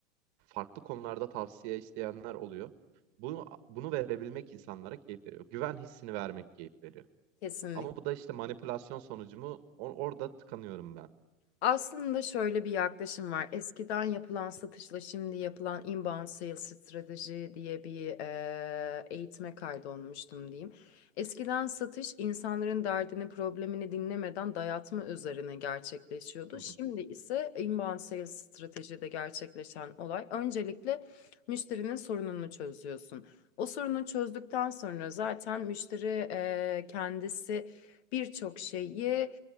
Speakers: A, on the right; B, on the left.
A: farklı konularda tavsiye isteyenler oluyor. Bunu bunu verebilmek insanlara keyif veriyor. Güven hissini vermek keyif veriyor.
B: Kesinlikle.
A: Ama bu da işte manipülasyon sonucu mu? O- orada tıkanıyorum ben.
B: Aslında şöyle bir yaklaşım var. Eskiden yapılan satışla şimdi yapılan inbound sales strateji diye bir eee, eğitime kaydolmuştum diyeyim. Eskiden satış insanların derdini, problemini dinlemeden dayatma üzerine gerçekleşiyordu.
A: Hı hı.
B: Şimdi ise inbound sales stratejide gerçekleşen olay öncelikle müşterinin sorununu çözüyorsun. O sorunu çözdükten sonra zaten müşteri eee, kendisi birçok şeyi